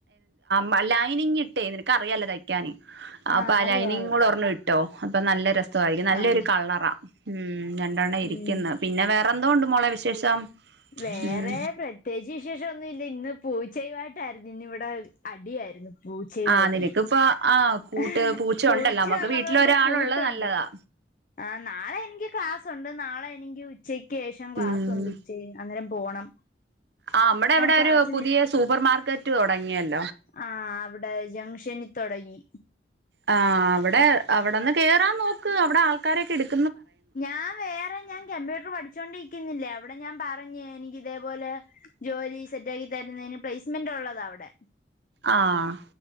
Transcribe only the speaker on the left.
ആഹ്
അറിയാം
അറിയാം
ആഹ്
ഉം
വേറെ
പ്രത്യേകിച്ച് വിശേഷം ഒന്നും ഇല്ല ഇന്ന് പോയി ചെയ്‌വായിട്ടായിരുന്നു ഇന്ന് ഇവിടെ അടിയായിരുന്നു പൂച്ചയുമായിട്ടെ
ഹെ പൂച്ച
ഉള്ളത്
കൊണ്ട് കൂട്ടുണ്ട്
ആ നാളെ എനിക്ക് ക്ലാസ്സുണ്ട് നാളെ എനിക്ക് ഉച്ചയ്ക്കേഷം ക്ലാസ്
ഉണ്ട് ഉച്ച കഴി അന്നേരം പോണം
ക്ലാസ്സിന്
ആഹ് അവിടെ ജംഗ്ഷനിൽ തൊടങ്ങി
ഞാൻ വേറെ ഞാൻ കമ്പ്യൂട്ടർ പഠിച്ചോണ്ടി ക്കുന്നില്ലേ അവിടെ ഞാൻ പറഞ് എനിക്ക് ഇതേപോലെ ജോലി സെറ്റാക്കി തരുന്നതിന് പ്ലേസ്മെന്റ് ഉള്ളതാ കൊടെ